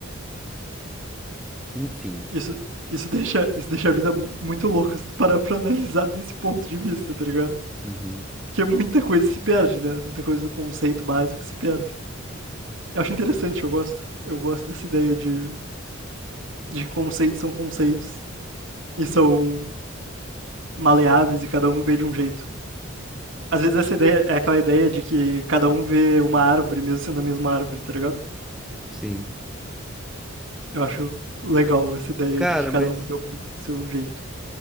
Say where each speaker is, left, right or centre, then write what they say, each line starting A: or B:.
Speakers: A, in the centre; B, on the right (about 65°).
A: Enfim.
B: isso, isso deixa, isso deixa a vida mu- muito louca se tu parar pra analisar desse ponto de vista, tá ligado?
A: Uhum.
B: Porque muita coisa se perde, né? Muita coisa do conceito básico se perde. Eu acho interessante, eu gosto. Eu gosto dessa ideia de, de que conceitos são conceitos e são maleáveis e cada um vê de um jeito. Às vezes essa ideia é aquela ideia de que cada um vê uma árvore, mesmo sendo a mesma árvore, tá ligado?
A: Sim.
B: Eu acho legal essa ideia
A: Cara,
B: de que cada
A: mas,
B: um vê o mundo do seu jeito.